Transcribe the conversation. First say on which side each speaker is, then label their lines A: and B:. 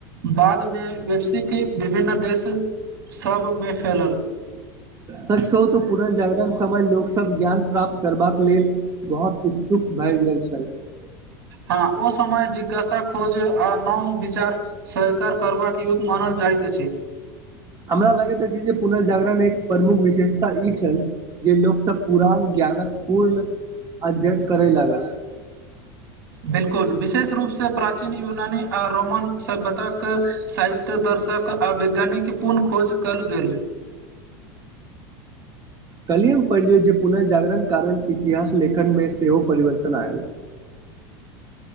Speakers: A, on the right; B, on the right.
A: बाद मे वैपसिकी विभिन्न देश सब मे फैलल
B: सच कहू त पुनर्जागरण समय लोक सब ज्ञान प्राप्त करबाक लेल बहुत उत्सुक भए गेल छेल
A: हँ ओ समय जिज्ञासा खोज आ नओ विचार सहकार करबाक युग मानल जाइत अछि
B: हमरा लगे अछी जे पुनःजागरण एक प्रमुख विशेषता ई छल जे लोक सब पुरान ज्ञानक पूर्ण अध्ययन करय लागल
A: बिलकुल विशेष रूप सँ प्राचीन यूनानी आ रोमन सभ्यता एक साहित्य दर्शक आ वैज्ञानिक पूर्ण खोज कयल गेल
B: कलिय हम पढ़ि लियौ जे पुनर्जागरण कारण इतिहास लेखन मे सेहो परिवर्तन आयल ह <inaudible>